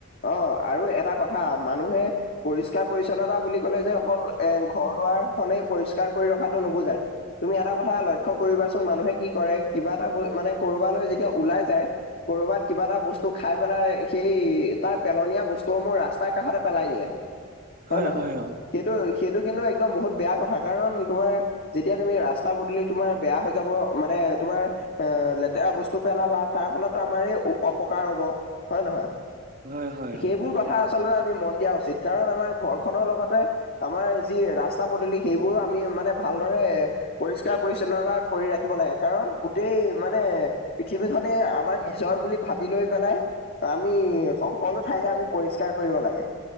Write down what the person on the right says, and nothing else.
হয়
হয় অঁ।
হয় হয়
অঁ।